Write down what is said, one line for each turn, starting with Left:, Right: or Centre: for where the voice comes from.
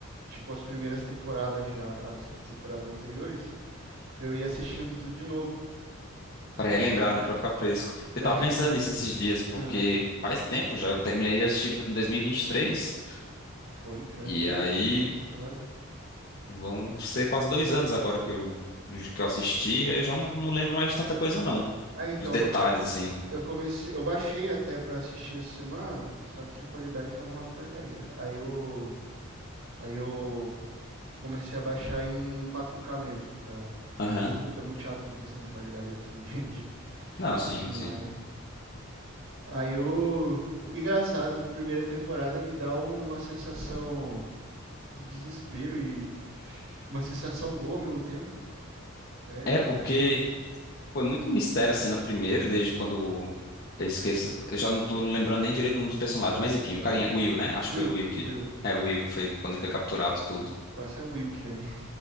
Right: tipo as primeiras temporadas já, as temporadas anteriores, pra eu ir assistindo tudo de novo,
Left: Pra relembrar, né? Pra ficar fresco.
Right: pra
Left: Eu tava
Right: relembrar.
Left: pensando nisso esses dias, porque
Right: Ah,
Left: faz tempo já. Eu terminei de assistir em 2023.
Right: foi pior
Left: E vinte
Right: que foi,
Left: e três. E aí
Right: né, a última temporada.
Left: vão ser quase dois anos agora que eu, que eu assisti. Aí eu já não, não lembro mais de tanta coisa, não.
Right: Ah, então,
Left: Dos detalhes,
Right: eu,
Left: assim.
Right: Eu comecei, eu baixei até pra assistir essa semana, só que a qualidade tava uma porcaria. Aí eu, aí eu comecei a baixar em 4K mesmo, pra,
Left: Aham.
Right: porque eu sou muito, eu muito chato com questão de qualidade assim <laughs> de, de,
Left: Não, sim,
Right: de imagem.
Left: sim.
Right: Aí eu, engraçado, primeira temporada me dá uma sensação de desespero e uma sensação boa ao mesmo tempo. É,
Left: É porque Foi muito mistério assim na primeira, desde quando eu esqueço. Eu já não tô lembrando nem direito o nome dos personagens, mas enfim, o carinha, o Will, né? Acho
Right: Will,
Left: que foi o Will que.
Right: Will,
Left: É, o Will que foi quando ele foi capturado tudo.
Right: quase é um Wilker aí.